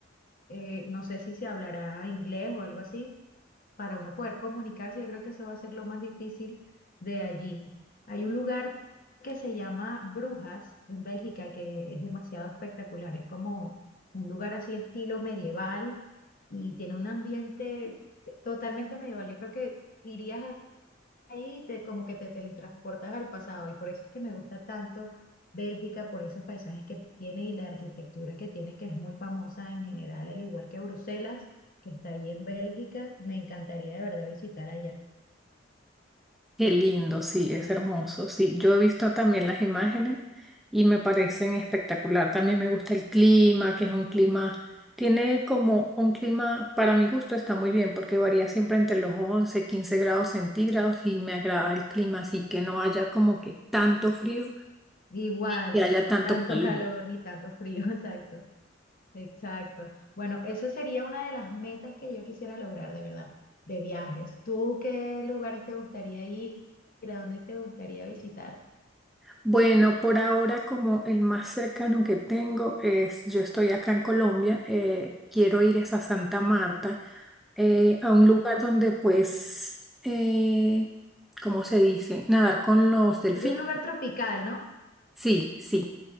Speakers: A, on the left (about 45°); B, in the centre.
A: eh, no sé si se hablará inglés o algo así, para uno poder comunicarse, yo creo que eso va a ser lo más difícil de allí. Hay un lugar que se llama Brujas en Bélgica que es demasiado espectacular, es como un lugar así estilo medieval y tiene un ambiente totalmente medieval. Yo creo que irías ahí te, como que te teletransportas al pasado y por eso es que me gusta tanto Bélgica, por esos paisajes que tiene y la arquitectura que tiene, que es muy famosa en general, al igual que Bruselas, que está allí en Bélgica, me encantaría de verdad visitar allá.
B: Qué lindo, sí, es hermoso. Sí, yo he visto también las imágenes y me parecen espectacular. También me gusta el clima, que es un clima, tiene como un clima, para mi gusto está muy bien, porque varía siempre entre los 11 15 grados centígrados y me agrada el clima, así que no haya como que tanto frío
A: Igual,
B: y haya tanto
A: tanto
B: calor.
A: calor ni tanto frío, <laughs> exacto, exacto. Bueno, eso sería una de las metas que yo quisiera lograr de verdad, de viajes. ¿Tú qué lugares te gustaría ir? ¿A dónde te gustaría visitar?
B: Bueno, por ahora como el más cercano que tengo es, yo estoy acá en Colombia, eh, quiero ir es a Santa Marta, eh, a un lugar donde pues, eh, ¿cómo se dice? Nadar con los delfines.
A: Es un lugar tropical, ¿no?
B: Sí, sí.